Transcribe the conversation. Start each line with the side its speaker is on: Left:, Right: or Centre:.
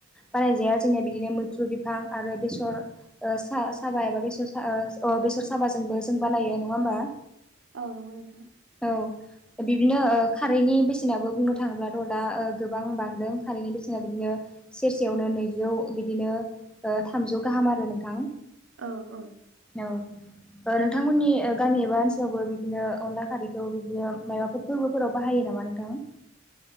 Centre: बानायजाया जोंनिया बिदिनो मैथ्रु बिफां आरो बेसर र ओ सा-साबा एबा बेसर सा ओ अ बेसर साबाजोंबो जों बानायो नङा होमबा
Right: औ नंगौ नोंथां
Centre: औ बिदिनो ओ खारैनि बेसेनाबो बुंनो थाङोब्लाथ' दा ओ गोबां बांदों खारैनि बेसेना बिदिनो। सेरसेयावनो नैजौ बिदिनो ओ थामजौ गाहाम आरो नोंथां।
Right: औ औ।
Centre: औ। ओ नोंथांमोननि गामि एबा ओनसोलावबो बिदिनो अनला खारैखौ बिदिनो माबाफोर फोरबोफोराव बाहायो नाम नामा नोंथां?